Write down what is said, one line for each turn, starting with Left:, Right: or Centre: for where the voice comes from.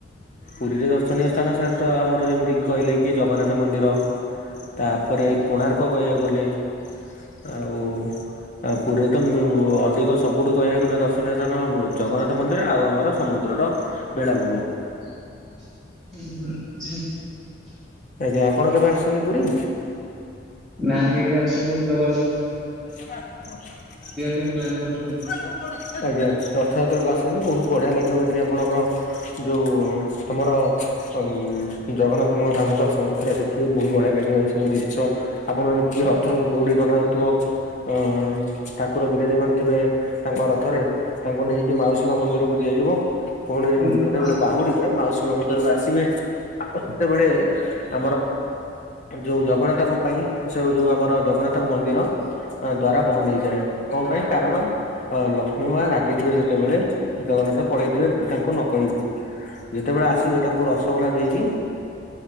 Left: ପୁରୀରେ ଦର୍ଶନୀୟ ସ୍ଥାନ ସାର୍ ତ ଆମର ଯେମିତିକି କହିଲେ କି ଜଗନ୍ନାଥ ମନ୍ଦିର ତାପରେ କୋଣାର୍କ କହିବାକୁ ଗଲେ
Centre: <inaudible>
Left: ଆଉ ଆ ପୁରୀରେ ତ ମେମୋ ଅଧିକ ସବୁଠୁ କହିବାକୁ ଗଲେ ଦର୍ଶନୀୟ ସ୍ଥାନ ଜଗନ୍ନାଥ ମନ୍ଦିର ଆଉ ଆମର ସମୁ ଦ୍ରର ବେଳାଭୂମି।
Centre: ଉଁ ହୁଁ ହୁଁ।
Left: ଆଜ୍ଞା ଆପଣ କେବେ ଆସଛନ୍ତି ପୁରୀ?
Centre: ନା କେବେ ଆସିଲୁ ଜଗନ୍ନା
Left: ଆଜ୍ଞା।
Centre: ପାଇଁ ପ୍ଲାନ୍ କରୁଛୁ ଆଉ।
Left: ରଥଯାତ୍ରାକୁ ଆସନ୍ତୁ ବୋହୁତ୍ ବଢ଼ିଆ ଲାଗିବ ଏଠି ଆପଣଙ୍କର ଯୋଉ ଆମର ଅମ୍ ଜଗନ୍ନାଥଙ୍କ ଧାମକୁ ଆସ୍ ନ୍ତୁ ଥରେ ଦେଖିବେ ବୋହୁତ୍ ବଢ଼ିଆ ଲାଗିବ ଏଇ ସବୁ ଜିନିଷ ଆପଣ ଦେଖିବେ ରଥ ଦୌଡ଼ି ଟଣା ହୋଉଥିବ ଅଁ ଉଁ ଠାକୁର ବିିରାଜ ମାନ ଥିବେ ତାଙ୍କ ରଥରେ ତାଙ୍କୁ ନେଇକି ମାଉସୀ ମା ମନ୍ଦିରକୁ ଦିଆଯିବ। ପୁଣି
Centre: ହୁଁ, ହୁଁ।
Left: ଯେତେବେଳେ ବାହୁଡି଼ବେ ମାଉସୀ ମ ମନ୍ଦିରକୁ ଆସିବେ ଆଉ ସେତେବେଳେ ଆମର ଯୋଉ ଜଗନ୍ନାଥଙ୍କ ପାଇଁ ସେଉ ଯୋଉ ଆମର ଜଗନ୍ନାଥଙ୍କ ମନ୍ଦିର ଦ୍ଵାର ବନ୍ଦ ହେଇଯାଏ, କଣ ପାଇଁ କାରଣ ଅ ଲକ୍ଷ୍ମୀ ମା ରାଗିଥିବେ ସେତେବେଳେ ଜଗନ୍ନାଥ ପଳେଇଥିବେ ତାଙ୍କୁ ନକହିକି। ଯେତେବେଳେ ଆସିବେ ତାଙ୍କୁ ରସଗୋଲା ଦେଇକି,